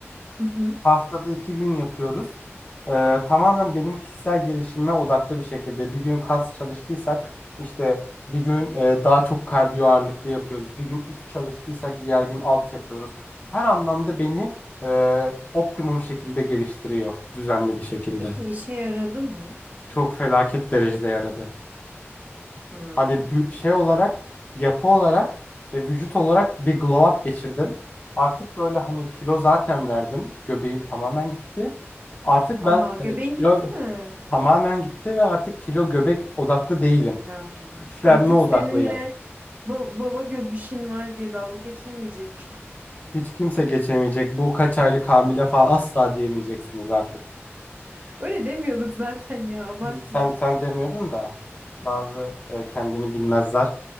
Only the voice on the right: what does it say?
Hı hı.
Peki işe yaradı mı?
Hmm.
Aa göbeğin
gitti mi?
Ya
artık
seninle ba- baba göbüşün var diye dalga geçemeyecek. miyim?
<laughs> Öyle demiyorduk zaten ya abartma.